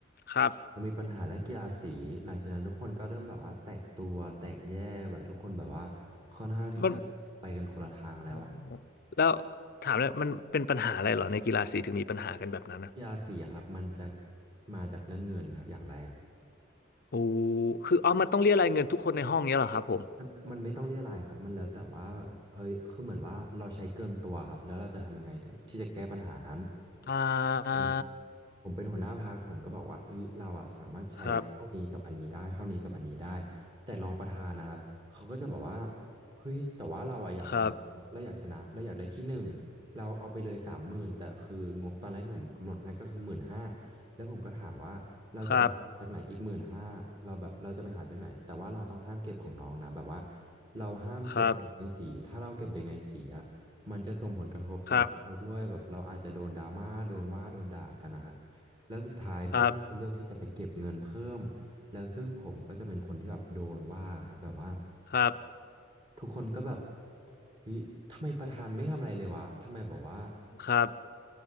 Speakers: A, on the left (about 50°); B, on the right (about 25°).
A: ครับ
B: เรามีปัญหาเรื่องกีฬาสีหลังจากนั้นทุกคนก็เริ่มแบบว่าแตกตัวแตกแยกแบบทุกคนแบบว่าค่อนข้างที่จะไปกันคนละทางแล้วอะ
A: มันโอ้แล้วถามเลยมันเป็นปัญหาอะไรเหรอในกีฬาสีถึงมีปัญหากันแบบนั้นอะ
B: กีฬาสีอะครับมันจะมาจากเรื่องเงินครับอย่างแรก
A: โอ้คือเอามันต้องเรียกรายเงินทุกคนในห้องเนี้ยเหรอครับผม
B: มันมันไม่ต้องเรียรายครับมันแล้วแต่ว่าเอ้ยคือเหมือนว่าเราใช้เกินตัวครับแล้วเราจะทำยังไงถึงที่จะแก้ปัญหานั้น
A: อ่า
B: เป็น ผมเป็นหัวหน้าพรรคผมก็บอกว่าเอ้ยเราอะสามารถใช้เท่านี้กับอันนี้ได้เท่านี้กับอันนี้ได้
A: ครับ
B: แต่รองประธานนะครับเขาก็จะบอกว่าเฮ้ยแต่ว่าเราอะอยากชนะเราอยากชนะเราอยากได้ที่หนึ่ง
A: ครับ
B: เราเอาไปเลยสามหมื่นแต่คืองบตอนแรกที่ผมกำหนดให้ก็คือหมื่นห้าแล้วผมก็ถามว่าเราจะไปหาจากไหนอีกหมื่นห้าเราแบบเราจะไปหาจากไหนแต่ว่าเราต้องห้ามเก็บของน้องนะแบบว่า
A: ครับ
B: เราห้ามเก็บเด็กในสีถ้าเราเก็บเด็กในสีอะมันจะส่งผลกระทบต่อเราด้วยแบบเราอาจจะโดนดราม่าโดนว่าโดนด่ากันนะครับ
A: ครับครับ
B: แล้วสุดท้ายเพื่อนเลือกที่จะไปเก็บเงินเพิ่ม
A: ครับ
B: แล้วซึ่งผมก็จะเป็นคนที่แบบโดนว่าครับแบบว่า
A: ครับ
B: ทุกคนก็แบบเฮ้ยทำไมประธานไม่ทำอะไรเลยวะทำไมแบบว่า
A: ครับ